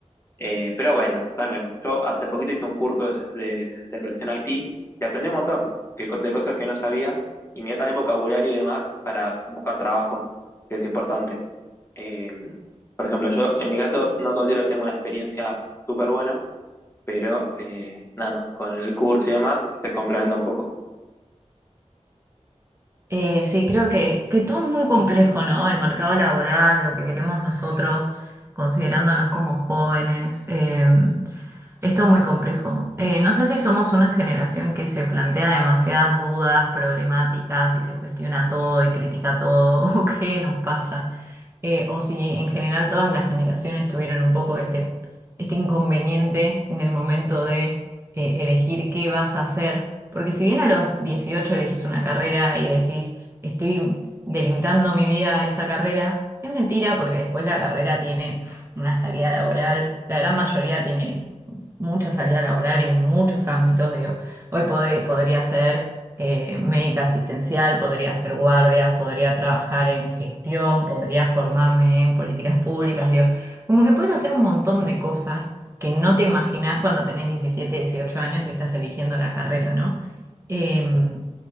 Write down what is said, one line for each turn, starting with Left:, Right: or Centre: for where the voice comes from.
Left: Eh, pero bueno, también, yo hace poquito hice un curso de, de selección IT y aprendí un montón que co- de cosas que no sabía y me dio también vocabulario y demás para buscar trabajo, que es importante. Eh, por ejemplo, yo en mi caso no considero que tenga una experiencia súper buena, pero eh, nada, con el curso y demás te complementa un poco.
Right: Eh, sí, creo que, que todo es muy complejo, ¿no? El mercado laboral, lo que queremos nosotros, considerándonos como jóvenes, eh, es todo muy complejo. Eh, no sé si somos una generación que se plantea demasiadas dudas, problemáticas y se cuestiona todo y critica todo, <laughs> o qué nos pasa. eh, o si en general todas las generaciones tuvieron un poco este, este inconveniente en el momento de eh, elegir qué vas a hacer, porque si bien a los 18 elegís una carrera y decís, estoy delimitando mi vida a esa carrera, es mentira porque después la carrera tiene pf, una salida laboral, la gran mayoría tiene mucha salida laboral en muchos ámbitos, digo, hoy pode- podría ser eh, médica asistencial, podría hacer guardias, podría trabajar en gestión, podría formarme en políticas públicas, digo, como que puedes hacer un montón de cosas que no te imaginás cuando tenés 17 18 años y estás eligiendo la carrera, ¿no? Em,